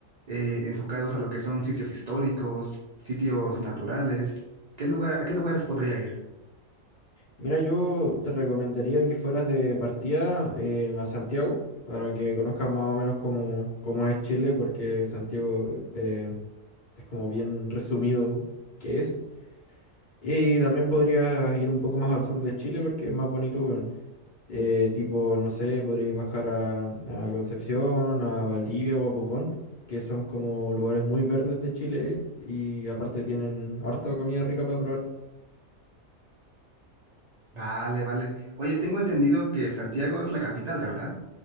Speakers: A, on the right; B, on the left.
A: eh, enfocados a lo que son sitios históricos, sitios naturales. ¿Qué lugar, a qué lugares podría ir?
B: Mira, yo te recomendaría que fueras de partida eh, a Santiago para que conozcas más o menos cómo, cómo es Chile, porque Santiago eh, eh, es como bien resumido que es. Y también podrías ir un poco más al sur de Chile porque es más bonito, bueno, eh, tipo, no sé, podrías bajar a, a Concepción, a Valdivia o a Pucón, que son como lugares muy verdes de Chile y aparte tienen harta comida rica para probar.
A: Vale, vale. Oye, tengo entendido que Santiago es la capital, ¿verdad?